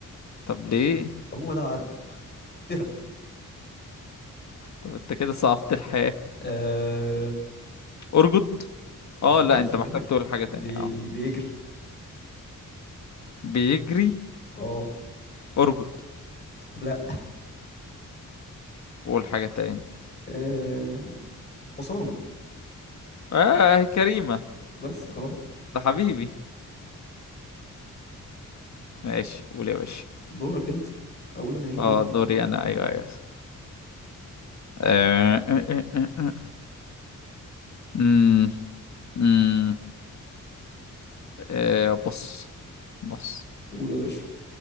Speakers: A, on the left; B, on the left.
A: طب ليه
B: هو ده العدل ترى
A: طب انت كده صعبت الحياه
B: آه
A: ارجط
B: انا
A: اه
B: ما لحقتش
A: لا انت محتاج
B: اقول
A: تقول حاجه
B: بي...
A: تانية اه
B: بيجري
A: بيجري
B: اه
A: ارجط
B: لا
A: قول حاجه تاني
B: آه حصان
A: اه كريمه
B: بس خلاص
A: ده حبيبي ماشي قول يا باشا
B: دورك انت اقول انا ايه
A: اه
B: دورك
A: دوري انا ايوه ايوه آه، آه، آه، آه، آه. امم امم آه بص بص
B: قول يا باشا